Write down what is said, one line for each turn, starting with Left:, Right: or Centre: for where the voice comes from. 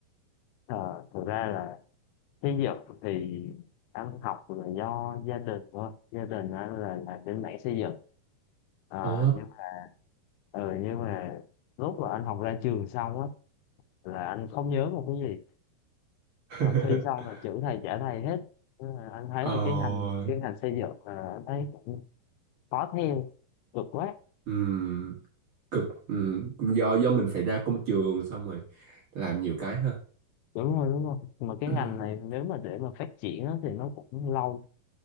Left: Ờ, thực ra là Thí dụ thì anh học là do gia đình thôi gia đình anh là là bên mảng xây dựng à,
Right: ờ
Left: nhưng, ừ, nhưng mà lúc mà anh học ra trường xong á là anh không nhớ một cái gì
Right: <laughs>
Left: Mà thi xong là chữ thầy trả thầy hết Thế là anh thấy
Right: ờ
Left: là cái ngành cái ngành xây dựng là anh thấy cũng khó theo cực quá
Right: ừm, cực ừm, do do mình phải ra công trường xong rồi làm nhiều cái ha
Left: đúng rồi đúng rồi mà cái
Right: <clears throat>
Left: ngành này nếu mà để mà phát triển á, thì nó cũng lâu